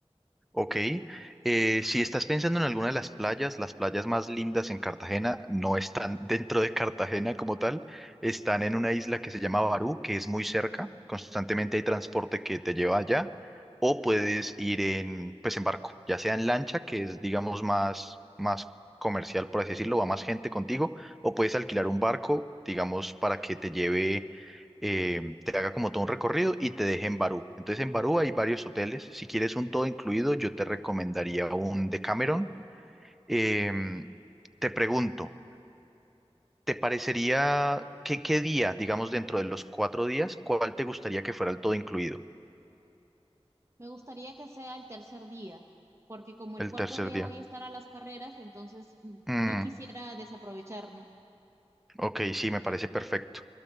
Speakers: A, in the centre; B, on the right.
A: Ok, eh, si estás pensando en alguna de las playas, las playas más lindas en Cartagena no están dentro de Cartagena como tal, están en una isla que se llama Barú, que es muy cerca, constantemente hay transporte que te lleva allá, o puedes ir en, pues en barco, ya sea en lancha, que es digamos más, más comercial, por así decirlo, va más gente contigo, o puedes alquilar un barco, digamos, para que te lleve, eh, te haga como todo un recorrido y te deje en Barú. Entonces en Barú hay varios hoteles. Si quieres un todo incluido, yo te recomendaría un Decameron. Em, te pregunto, ¿te parecería qué qué día, digamos dentro de los cuatro días, cuál te gustaría que fuera el todo incluido?
B: Me gustaría que sea el tercer día, porque como el
A: El
B: cuarto
A: tercer
B: día
A: día.
B: voy a estar a las carreras, entonces mm,
A: Mm,
B: no quisiera desaprovechar, ¿no?
A: ok, sí, me parece perfecto.